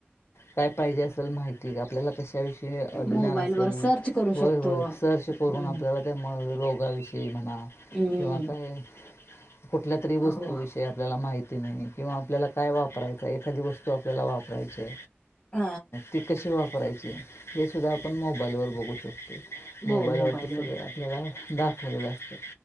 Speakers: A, on the left (about 85°); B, on the left (about 25°).
A: काय पाहिजे असेल माहिती आपल्याला कशाविषयी हे अज्ञान
B: मोबाईल
A: असेल
B: वर सर्च करू
A: होय,
B: शकतो
A: होय सर्च करून
B: हम्म
A: आपल्याला ते रोगा विषयी म्हणा
B: हम्म.
A: किंवा काय कुठल्या तरी वस्तू
B: हो
A: विषयी. आपल्याला माहिती नाही किंवा आपल्याला काय वापरायच एखादी वस्तू आपल्याला वापरायची.
B: अ
A: ती कशी वापरायची हे सुद्धा आपण मोबाईलवर बघू शकतो. मोबाईलवरती
B: बो मोबाईल वर
A: सगळ आपल्याला दाखवलेल असत